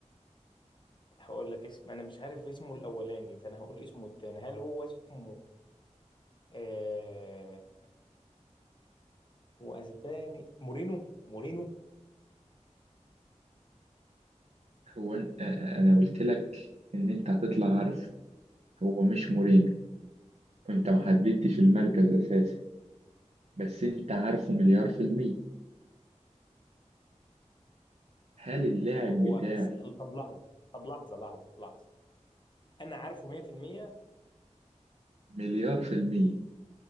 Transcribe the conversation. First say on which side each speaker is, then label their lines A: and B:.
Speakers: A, on the left; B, on the right.
A: هقول لك اسم انا مش عارف اسمه الاولاني فانا هقول اسمه التاني هل هو اسمه آه... هو اسباني مورينو مورينو
B: هو أن- آه، آه، أنا قلت لك إن أنت هتطلع عارف هو مش مورينو أنت ما حددتش المركز أساسا بس أنت عارفه مليار في المية هل اللاعب
A: ما هو
B: بتاعي
A: اس... طب لحظة طب لحظة لحظة لحظة أنا عارفه 100%
B: مليار في المية